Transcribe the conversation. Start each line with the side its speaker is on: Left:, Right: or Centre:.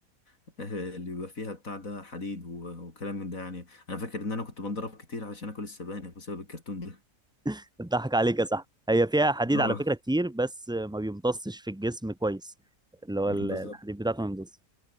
Left: <laughs> آه، اللي بيبقى فيها بتاع ده حديد و- وكلام من ده يعني أنا فاكر إن أنا كنت بنضرب كتير علشان آكل السبانخ بسبب الكرتون ده <laughs>
Centre: <laughs> بتضحك عليك يا صاحبي هي فيها حديد
Left: اه
Centre: على فكرة كتير بس آه، ما بيمتصش في الجسم كويس اللي هو
Left: بالظبط
Centre: ال- الحديد بتاعته ما بيمتصش